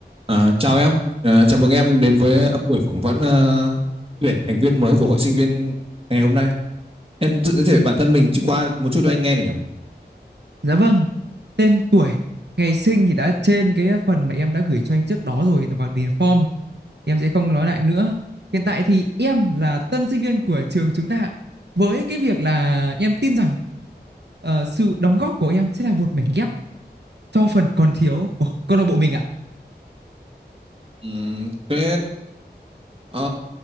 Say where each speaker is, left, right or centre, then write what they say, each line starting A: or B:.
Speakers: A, on the right (about 30°); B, on the right (about 75°).
A: À, chào em, à, chào mừng em đến với ờ, buổi phỏng vấn à, tuyển thành viên mới của hội sinh viên ngày hôm nay. Em tự giới thiệu bản thân mình qua một chút cho anh nghe được nhỉ?
B: Dạ vâng, tên tuổi, ngày sinh thì đã trên cái phần mà em đã gửi cho anh trước đó rồi và điền form. Em sẽ không nói lại nữa. Hiện tại thì em là tân sinh viên của trường chúng ta. Với cái việc là em tin rằng ờ, sự đóng góp của em sẽ là một mảnh ghép cho phần còn thiếu của câu lạc bộ mình ạ.
A: Ừm, thế ờ,